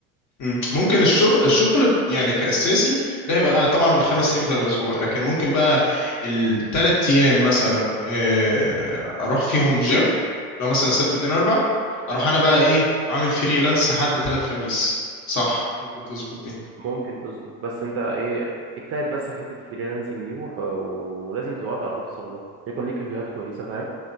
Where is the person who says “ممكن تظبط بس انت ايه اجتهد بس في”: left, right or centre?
Right